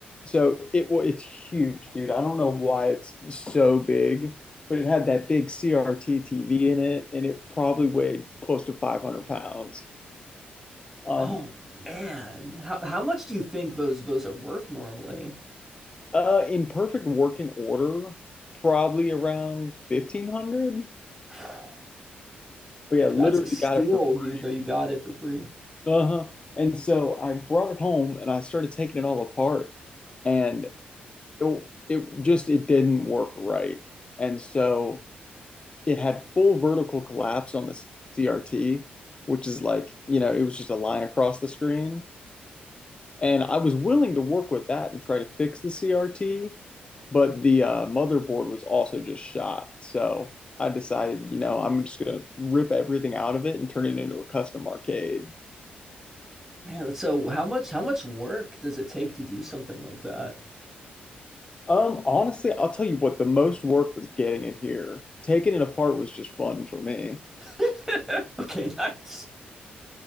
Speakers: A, on the left; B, in the centre.
A: So it well, it's huge, dude. I don't know why it's so big, but it had that big CRT TV in it, and it probably weighed close to 500 pounds. Um,
B: Oh man. How how much do you think those those are worth normally?
A: uh, in perfect working order, probably around 1500.
B: <sighs>
A: But yeah,
B: Dude,
A: literally
B: that's a steal,
A: got it for
B: dude,
A: free.
B: though you got it for free.
A: Uh-huh. And so I brought it home and I started taking it all apart, and it, it just it didn't work right. And so. it had full vertical collapse on the CRT, which is like, you know, it was just a line across the screen. And I was willing to work with that and try to fix the CRT, but the uh, motherboard was also just shot. So I decided, you know, I'm just gonna rip everything out of it and turn it into a custom arcade.
B: Man, so how much how much work does it take to do something like that?
A: Um, honestly, I'll tell you what, the most work was getting it here. Taking it apart was just fun for me.
B: <laughs> Okay, nice.